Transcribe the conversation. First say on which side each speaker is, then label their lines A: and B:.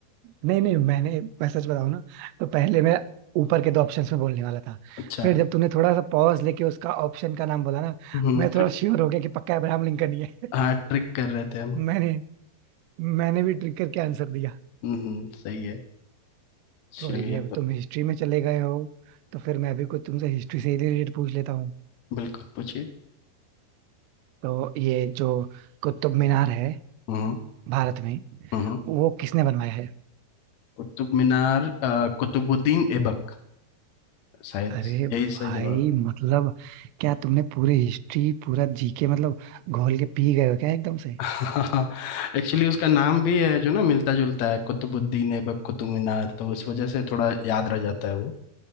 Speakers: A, on the right; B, on the left.
A: नहीं नहीं मैंने मैं सच बताऊं ना तो पहले मैं ऊपर के दो ऑप्शंस में बोलने वाला था
B: अच्छा
A: फिर जब तूने थोड़ा सा पॉज लेके उसका ऑप्शन का नाम बोला ना
B: हम्म,
A: मैं थोड़ा श्योर हो गया कि पक्का अब्राहम लिंकन ही है
B: हाँ ट्रिक कर रहे थे हम
A: मैंने मैंने भी ट्रिक करके आंसर दिया
B: हम्म सही है चलिए
A: कोई नहीं अब
B: तो
A: तुम हिस्ट्री में चले गए हो तो फिर मैं भी कुछ तुमसे हिस्ट्री से रिलेटेड पूछ लेता हूँ
B: बिल्कुल पूछिए
A: तो ये जो कुतुब मीनार है
B: हम्म
A: भारत में
B: हम्म
A: वो किसने बनवाया है
B: कुतुब मीनार अ, कुतुबुद्दीन ऐबक शायद
A: अरे भाई
B: यही सही जवाब
A: मतलब क्या तुमने पूरी हिस्ट्री पूरा जीके मतलब घोल के पी गए हो क्या एकदम से
B: <laughs> एक्चुअली उसका नाम भी है जो ना मिलता जुलता है कुतुबुद्दीन ऐबक कुतुब मीनार तो उस वजह से थोड़ा याद रह जाता है वो